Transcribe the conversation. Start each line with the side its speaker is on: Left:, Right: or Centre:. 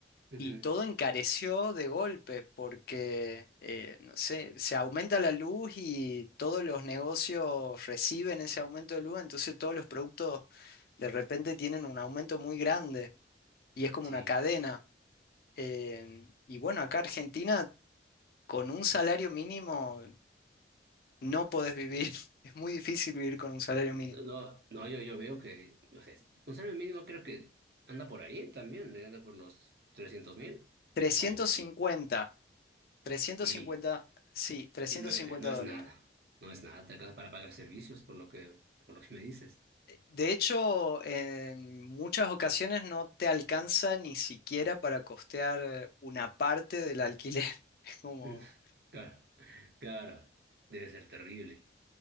Right: Ujú,
Left: y todo encareció de golpe porque, eh, no sé, se aumenta la luz y todos los negocios reciben ese aumento de luz, entonces todos los productos de repente tienen un aumento muy grande y es como
Right: Sí.
Left: una cadena. Eh, y bueno, acá Argentina con un salario mínimo no podés vivir. <laughs> Es muy difícil vivir con un salario mínimo.
Right: No, no, yo, yo veo que, no sé, un salario mínimo creo que anda por ahí también, eh, anda por los trescientos mil.
Left: Trescientos
Right: o
Left: cincuenta, trescientos
Right: y
Left: cincuenta, sí, trescientos
Right: y no, eh,
Left: cincuenta
Right: no es
Left: dólares.
Right: nada, no es nada, te alcanza para pagar servicios por lo que, por lo que me dices.
Left: De hecho, en muchas ocasiones no te alcanza ni siquiera para costear eh, una parte del alquiler. <laughs> Es como,
Right: <laughs> Claro, claro, debe ser terrible.